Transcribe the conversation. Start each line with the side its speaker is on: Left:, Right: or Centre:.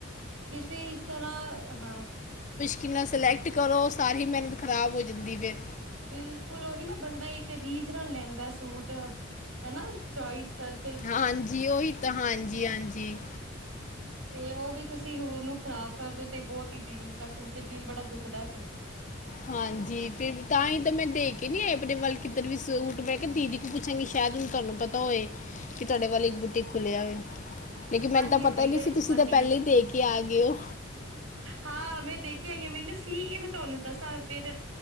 Right: ਕਿਸੇ ਇਸ ਤਰਾਂ ਹਾਂ
Left: ਕਿੰਨਾ ਸਿਲੈਕਟ ਕਰੋ ਸਾਰੀ ਮੇਅਨਤ ਖ਼ਰਾਬ ਹੋ ਜਾਂਦੀ ਫੇਰ
Right: ਬਿਲਕੁਲ ਓਹੀ ਨਾ ਬੰਦਾ ਇੱਕ ਰੀਜ ਨਾਲ ਲੈਂਦਾ ਸੂਟ, ਹਨਾ ਚੋਇਸ ਕਰ
Left: ਹਾਂਜੀ ਓਈ ਤਾਂ ਹਾਂਜੀ-ਹਾਂਜੀ।
Right: ਤੇ ਓ ਵੀ ਤੁਸੀਂ ਓਨੂੰ ਖ਼ਰਾਬ ਕਰਦੋ ਤੇ ਬੋਤ ਈ ਦਿਲ ਕਸਮ ਸੇ ਦਿਲ ਬੜਾ ਦੁਖਦਾ ਫੇਰ।
Left: ਹਾਂਜੀ, ਫੇਰ ਤਾਂਹੀ ਤਾਂ ਮੈਂ ਦੇ ਕੇ ਨੀ ਆਪਨੇ ਵੱਲ ਕਿੱਦਰ ਵੀ ਸੂਟ ਮੈਂ ਕਿਆ ਦੀਦੀ ਪੁੱਛਾਂਗੀ ਸ਼ੈਦ ਹੁਨ ਤਾਨੂੰ ਪਤਾ ਹੋਏ ਕੇ ਤੁਆਡੇ ਵੱਲ ਇੱਕ ਬੂਟੀਕ ਖੁੱਲੇਆ ਵੇ। ਲੇਕਿਨ ਮੈਨੂੰ
Right: ਹਾਂਜੀ
Left: ਤਾਂ
Right: ਹਾਂਜੀ
Left: ਪਤਾ ਈ ਨਈਂ
Right: ਇਹ
Left: ਸੀ। ਤੁਸੀਂ
Right: ਵਧੀਆ
Left: ਤਾਂ ਪੈਲੇ ਈ ਦੇ ਕੇ ਆ ਗਏ ਓਂ।
Right: ਹਾਂ ਮੈਂ ਦੇ ਕੇ ਆਈ ਆਂ ਮੈਨੂੰ ਸੀ ਮੈਂ ਤਆਨੂੰ ਦੱਸਾਂ ਫੇਰ